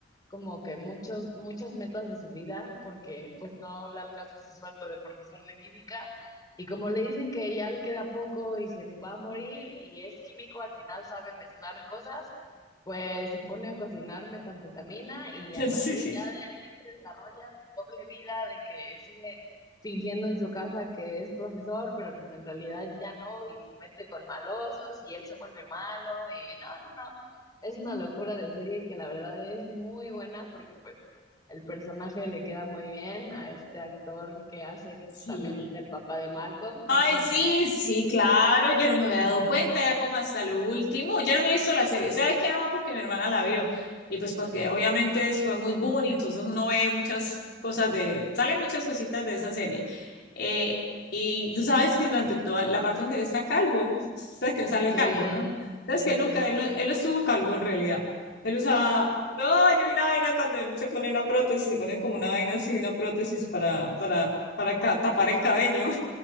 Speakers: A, on the left; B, on the left.
A: como que muchos, muchas metas de su vida porque pues no le alcanza su sueldo de profesor de química. Y como le dicen que ya le queda poco y se va a morir y es químico, al final sabe mezclar cosas, pues se pone a cocinar metanfetamina y
B: <laughs>
A: a partir
B: sí,
A: ya de ahí se desarrolla su doble vida de que sigue fingiendo en su casa que es profesor, pero pues en realidad ya no y se mete con malosos y él se vuelve malo y no, no, no. Es una locura de serie que la verdad es muy buena porque pues el personaje le queda muy bien a este actor que hace
B: Sí,
A: también el papá de Malcolm. No
B: Ay,
A: sé si
B: sí,
A: te...
B: sí, claro, yo no me había dado
A: Ajá.
B: cuenta ya como hasta lo último. Yo no me he visto la serie, ¿sabes qué? Ah, Porque mi hermana la vio. Y pues porque obviamente es- fue muy boom y entonces uno ve muchas cosas de, salen muchas cositas de esa serie. Eh, y tú sabes que durante toda la parte donde él está calvo, sabes que le sale
A: Sí,
B: calvo, ¿no? Sabes
A: sí,
B: que
A: sí.
B: él nunca,
A: sí.
B: él no, él no estuvo calvo en realidad. Él usaba,
A: Ah, ¿no?
B: no, yo vi una vaina cuando él se pone una prótesis, se pone como una vaina así, una prótesis para, para, para ca- tapar el cabello.